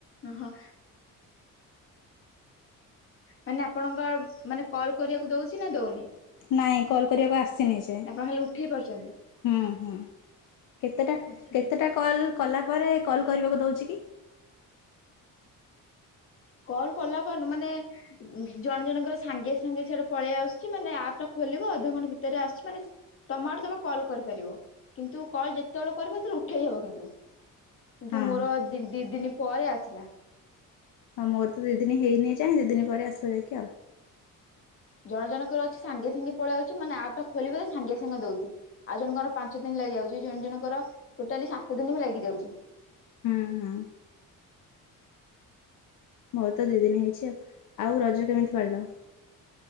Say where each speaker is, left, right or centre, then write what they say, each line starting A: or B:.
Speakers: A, on the left; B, on the left.
A: ଓହୋ। ମାନେ ଆପଣଙ୍କ ମାନେ କଲ କରିବାକୁ ଦଉଛି ନା ଦଉନି?
B: ନାଇଁ କଲ୍ କରିବାକୁ ଆସିନି ସେ
A: ଆପଣ ଖାଲି ଉଠେଇ ପାରୁଛନ୍ତି?
B: ହୁଁ ହୁଁ କେତେଟା
A: ଆଚ୍ଛା
B: କେତେଟା କଲ୍ କଲା ପରେ କଲ୍ କରିବାକୁ ଦେଉଛି କି?
A: କଲ୍ କଲା ପରେନୁ ମାନେ ଜଣେ ଜଣଙ୍କର ସାଙ୍ଗେ ସାଙ୍ଗେ ସେଇଠେ ପଳେଇ ଆସୁଛି ମାନେ ଆପ୍ ଟା ଖୋଲିବ ଅଧଘଣ୍ଟା ଭିତରେ ଆସୁଛି ମାନେ ତମ ଆଡୁ ତମେ କଲ୍ କରିପାରିବ କିନ୍ତୁ କଲ୍ ଯେତେବେଳେ କରିବ ସେତେବେଳେ ଉଠେଇହବ କିନ୍ତୁ କିନ୍ତୁ
B: ହଁ
A: ମୋର ଦି ଦିନ ପରେ ଆସିଲା।
B: ହଁ ମୋର ତ ଦି ଦିନ ହେଇନି ଯାଇଁ ଦି ଦିନ ପରେ ଆସିବ ଯାଇକି ଆଉ।
A: ଜଣ ଜଣଙ୍କର ଅଛି ସାଙ୍ଗେ ସାଙ୍ଗେ ପଳେଇ ଯାଉଛି ମାନେ ଆପ୍ ଟା ଖୋଲିବ ସାଙ୍ଗେ ସାଙ୍ଗେ ଦଉଛି। ଆଉ ଜଣଙ୍କର ପାଞ୍ଚ ଦିନ ଲାଗି ଯାଉଛି ଜଣ ଜଣଙ୍କର ଟୋଟାଲି ସାତ ଦିନ ବି ଲାଗି ଯାଉଛି।
B: ହୁଁ ହୁଁ। ମୋ ତ ଦି ଦିନ ହେଇଛି ଆଉ। ଆଉ ରଜ କେମିତି ପଳିଲ?